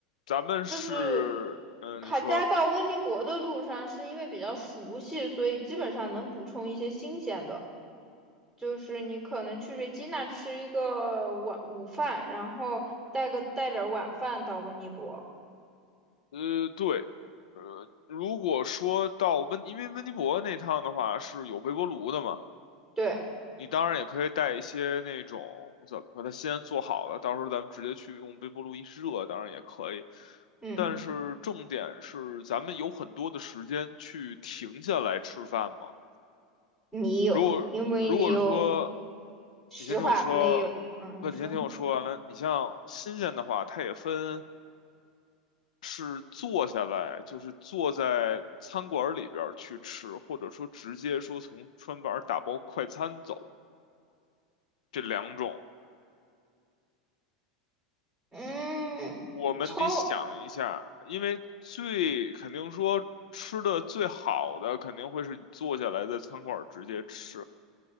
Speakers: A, on the left (about 80°); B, in the centre.
A: 咱们是，
B: 就是
A: 嗯，
B: 卡加到温尼伯的路上，
A: 你说，
B: 是因为比较熟悉，所以基本上能补充一些新鲜的。就是你可能去瑞吉那吃一个晚午饭，然后带个带点儿晚饭到温尼伯。
A: 呃，对，呃，如果说到温，因为温尼伯那趟的话是有微波炉的嘛。
B: 对，
A: 你当然也可以带一些那种怎么说，它先做好了，到时候咱们直接去用微波炉一热，当然也可以。
B: 嗯，
A: 但是重点是，咱们有很多的时间去停下来吃饭嘛。
B: 你有，
A: 如果如果说
B: 因为你有实话没有，
A: 你先听我说，
B: 嗯，
A: 不，
B: 你说，
A: 你先听我说完。你像新鲜的话，它也分是坐下来，就是坐在餐馆里边儿去吃，或者说直接说从餐板儿打包快餐走这两种。
B: 嗯，
A: 我们得想一下，
B: 葱，
A: 因为最肯定说吃的最好的肯定会是你坐下来在餐馆儿直接吃。